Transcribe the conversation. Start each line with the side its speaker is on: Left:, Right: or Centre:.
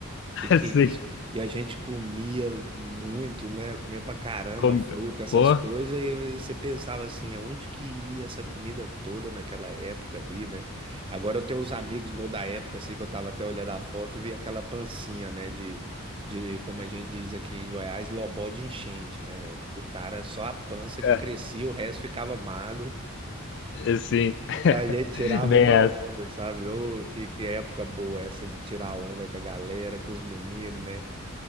Right: O que que
Left: Assim.
Right: é isso? E a gente comia muito, né? Comia pra caramba
Left: com-
Right: fruta, essas
Left: Pô,
Right: coisas, e você pensava assim, aonde que ia essa comida toda naquela época ali, né? Agora eu tenho uns amigos meus da época, assim, que eu tava até olhando a foto, vi aquela pancinha, né? De de, como a gente diz aqui em Goiás, lobó de enchente, né, velho? Que o cara só a pança que
Left: é,
Right: crescia, o resto ficava magro.
Left: assim. <laughs>
Right: A gente tirava
Left: Bem
Right: uma
Left: essa.
Right: onda, sabe? Ô, que, que época boa essa de tirar onda com a galera, com os meninos, né?